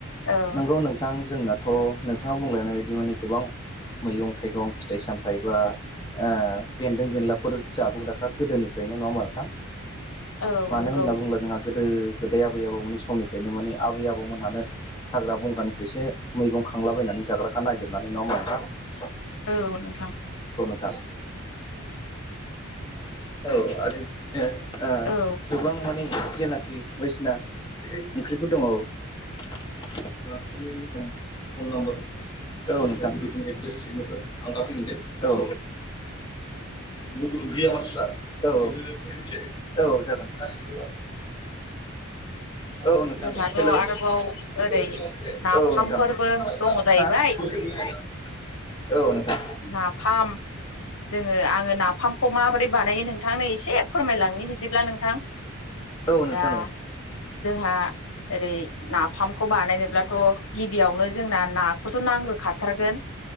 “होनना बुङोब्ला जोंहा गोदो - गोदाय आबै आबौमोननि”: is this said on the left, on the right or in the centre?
Left